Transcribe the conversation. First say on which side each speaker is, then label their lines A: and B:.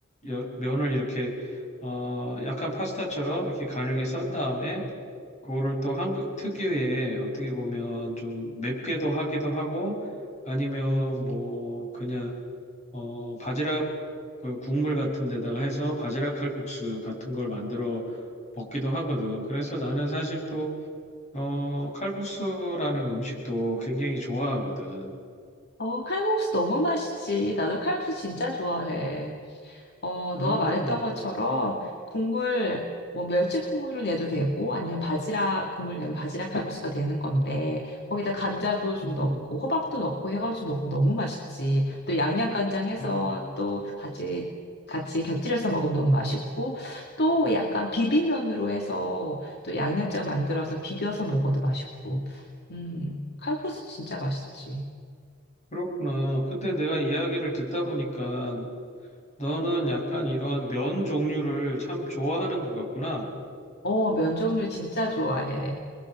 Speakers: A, on the left; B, on the left.
A: 여- 면을 이렇게 어 약간 파스타처럼 이렇게 가늘게 썬 다음에 그거를 또 한국 특유의 어떻게 보면 좀 맵게도 하기도 하고 아니면 뭐 그냥 어 바지락 그 국물 같은 데다가 해서 바지락 칼국수 같은 걸 만들어 먹기도 하거든. 그래서 나는 사실 또 어 칼국수라는 음식도 굉장히 좋아하거든.
B: 어, 칼국수 너무 맛있지. 나도 칼국수 진짜 좋아해. 어, 너가
A: 음,
B: 말했던 것처럼 국물, 뭐 멸치 국물을 내도 되고 아니면 바지락 국물 내면 바지락 칼국수가 되는 건데 거기다 감자도 좀
A: 음,
B: 넣고 호박도 넣고 해가지고 먹으면 너무 맛있지. 또 양념간장 해서
A: 음.
B: 또 같이 같이 곁들여서 먹으면 너무 맛있고 또 약간 비빔면으로 해서 또 양념장 만들어서 비벼서 먹어도 맛있고. 음, 칼국수 진짜 맛있지.
A: 그렇구나. 근데 내가 이야기를 듣다 보니까 너는 약간 이런 면 종류를 참 좋아하는 것 같구나.
B: 어, 면 종류 진짜 좋아해.